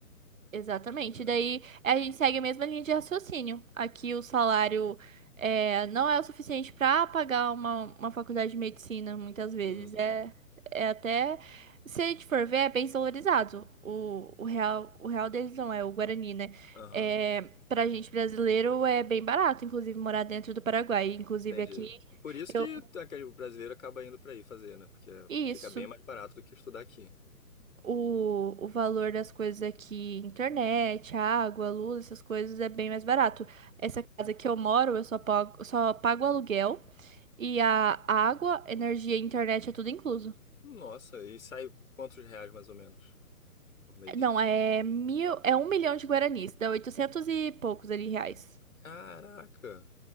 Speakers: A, on the right (about 55°); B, on the left (about 60°).
A: Exatamente.
B: É.
A: Daí a gente segue a mesma linha de raciocínio. Aqui o salário é, não é o suficiente para pagar uma, uma faculdade de medicina, muitas vezes.
B: Uhum.
A: É, é até, se a gente for ver, é bem desvalorizado. O, o real, o real deles não é o Guarani, né?
B: Aham.
A: É, para gente brasileiro é bem barato, inclusive, morar dentro do Paraguai. Inclusive
B: Entendi.
A: aqui,
B: Por isso
A: eu.
B: que aquele o brasileiro acaba indo pra aí fazer, né? Porque
A: Isso.
B: fica bem mais barato do que estudar aqui.
A: o, o valor das coisas aqui, internet, água, luz, essas coisas é bem mais barato. Essa casa que eu moro, eu só pago, só pago aluguel e a água, energia e internet é tudo incluso.
B: Nossa, e sai por quantos reais mais ou menos por mês?
A: Não, é mil, é um milhão de guaranis, dá 800 e poucos ali reais.
B: Caraca,